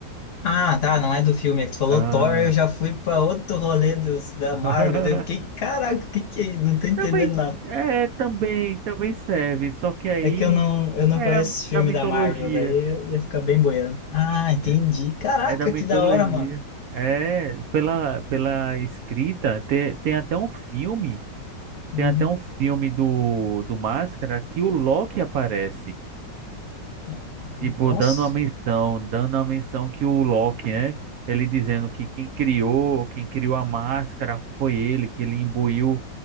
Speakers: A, on the left (about 80°); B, on the right (about 65°).
A: Ah, tá, não é do filme. É que tu falou
B: Ah.
A: Thor, eu já fui pra outro rolê dos, da
B: <laughs>
A: Marvel. daí Eu fiquei, caraca, o que que é? isso? Não tô entendendo
B: Também,
A: nada.
B: é, também, também serve, só que aí
A: É que eu não, eu não
B: é
A: conheço esse filme
B: da mitologia.
A: da Marvel, daí eu ia ficar bem boiando. Ah, entendi.
B: É
A: Caraca,
B: é da mitologia.
A: que da hora, mano.
B: É, pela, pela escrita, tem, tem até um filme,
A: Hum.
B: tem até um filme do, do Máscara que o Loki aparece.
A: Ah,
B: Tipo,
A: Nossa.
B: dando uma menção, dando uma menção que o Loki, né? Ele dizendo que quem criou, quem criou a máscara foi ele, que ele imbuiu